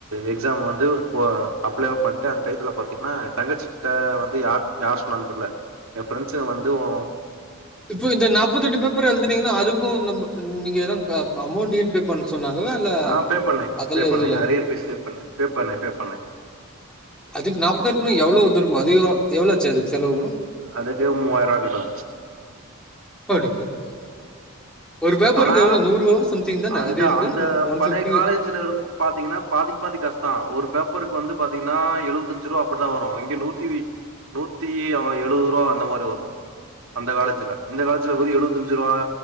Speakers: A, on the right (about 70°); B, in the centre.
A: எக்ஸாம் வந்துப் போ அப்ளேவு பண்ட்டே அந்த டயத்துல பாத்தீங்கன்னா தங்கச்சி ட வந்து யார் யாரு சொன்னான்னு தெரியல ஏ ஃப்ரெண்ஸ்சுங்க வந்து ஓ
B: இப்போ இந்த நாப்பத்தெட்டு பேப்பர் எழுதுனீங்கன்னா அதுக்கூ நம்ப ம் நீங்க எதும் அமௌண்ட எதும் பே பண்ண சொன்னாங்களா இல்ல
A: ஆ பே பண்ணேங்
B: அதெல்லா
A: பே பண்ணேங்க
B: எதுவு இல்ல
A: அரியர் பீ்ஸ் பே பண்ணே பே பண்ணே பே பண்ணே
B: அதுக்கு நாப்பத்தெட்டுனா எவ்ளோ வந்துருக்கு அதிகோ எவ்ளோ ஆச்சு அதுக்கு செலவு வரு
A: அதுட்டே மூவாயிரோ வருண்டா
B: <unintelligible> ஒரு பேப்பருக்கு
A: அனா
B: எவ்ளோ நூறுபாவோ சம்திங் தான
A: அந்த
B: அரி இருக்கு
A: அந்த
B: ஒன்
A: பழைய
B: ஃபிப்டி
A: காலேஜ்ல இருந் பாத்தீங்கன்னா பாதிக் பாதி கஸ்டோ ஒரு பேப்பருக்கு வந்து பாத்தீங்கனா எழுவத்தஞ்சு ரூவா அப்படிதா வரும் இங்க நூத்தி நூத்தி எழுவது ரூவா அந்த மாரி வரும் அந்த காலேஜ்ல இந்த காலேஜ்ல வெரு எழுவத்தஞ்சு ஞ்சுரூவா